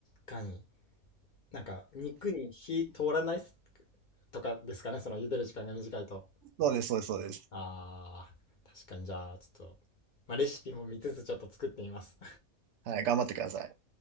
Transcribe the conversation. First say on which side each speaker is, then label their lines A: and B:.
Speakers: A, on the left; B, on the right.
A: かに。なんか、肉に火通らないとかですかね、その茹でる時間が短いと。
B: そうです、そうです、そうです。
A: ああ、確かにじゃあ、ちょっと、まあレシピも見つつちょっと作ってみます。
B: はい、頑張ってください。